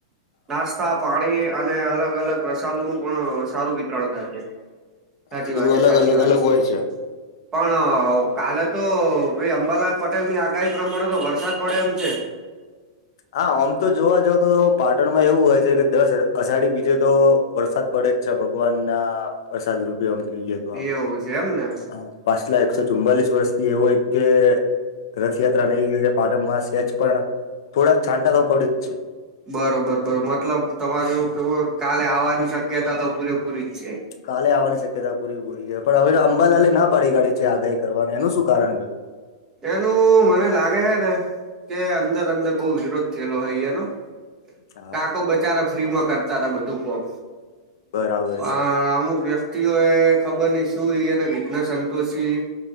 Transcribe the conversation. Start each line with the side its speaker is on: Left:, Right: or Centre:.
Right: નાસ્તા, પાણી અને અલગ અલગ પ્રસાદોનું પણ સારું વિતરણ થાય છે. સાચી
Left: એ બધું
Right: વાત છે,
Left: અલગ
Right: સાચી
Left: અલગ
Right: વાત
Left: અલગ
Right: છે.
Left: હોય
Right: પણ કાલે તો ભાઈ અંબાલાલ પટેલની આગાહી પ્રમાણે તો વરસાદ પડે એમ છે.
Left: હા ઓમ તો જોવા જ તો પાટણમાં એવું હોય છે, કે દસ અષાઢી બીજે તો વરસાદ પડે જ છે, ભગવાનના પ્રસાદ રૂપે આમ કહીએ તો આપડે
Right: એવું છે એમ ને
Left: હ પાછલા એકસો ચુમ્બલીસ વર્ષથી એવો એક કે રથયાત્રા નહી ગઈ પાટણમાં સેચ પણ થોડાક છાંટા તો પડ જ છે.
Right: બરોબર બરોબર મતલબ તમારું એવું કેવું કાલે આવવાની શક્યતા તો પૂરેપૂરી જ છે.
Left: કાલે આવવાની શક્યતા પૂરી પૂરી કે પણ હવે અંબાલાલે ના પાડી કાઢી છે, આગાહી કરવાનું એનું શું કારણ છે?
Right: એનું મને લાગે હે ને કે અંદર અંદર બો વિરોધ થયેલો અહે અયાનો
Left: હા
Right: કાકો બચારા ફ્રી માં કરતા તા બધું કોમ
Left: બરાબર
Right: હા
Left: છે
Right: અમુક વ્યક તિઓએ ખબર ની શું એ અને વિઘ્ન સંતોષી